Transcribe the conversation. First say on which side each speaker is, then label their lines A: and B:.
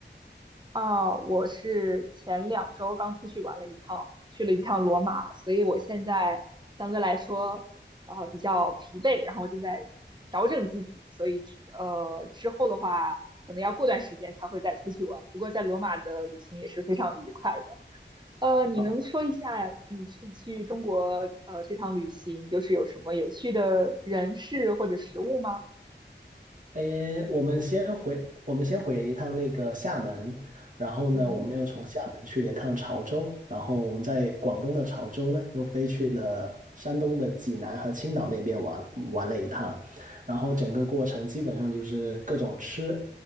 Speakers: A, on the right (about 25°); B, on the right (about 45°).
A: 啊，我是前两周刚出去玩了一趟，去了一趟罗马，所以我现在相对来说，呃，比较疲惫，然后正在调整自己，所以呃，之后的话，可能要过段时间才会再出去玩。不过在罗马的旅行也是非常愉快的。呃，你能说一下你出去中国呃这趟旅行，
B: 啊。
A: 就是有什么有趣的人事或者食物吗？
B: 诶，我们先回，我们先回了一趟那个厦门，然后呢，
A: 嗯
B: 我们又从厦门去了一趟潮州，然后我们在广东的潮州呢，又飞去了山东的济南和青岛那边玩玩了一趟，然后整个过程基本上就是各种吃，